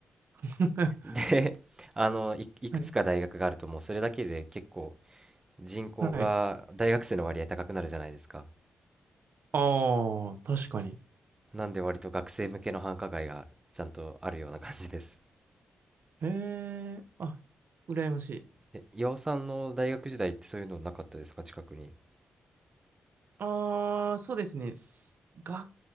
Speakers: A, on the right (about 65°); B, on the right (about 20°).
A: <laughs>
B: で、<laughs> あの、い、いくつか大学があるともうそれだけで結構
A: はい。
B: 人口が大学生の割合高くなるじゃないですか。
A: はい。ああ、確かに。
B: なんで割と学生向けの繁華街がちゃんとあるような感じです。
A: へえ、あ、羨ましい。
B: え、岩尾さんの大学時代ってそういうのなかったですか近くに。
A: ああ、そうですね。すが、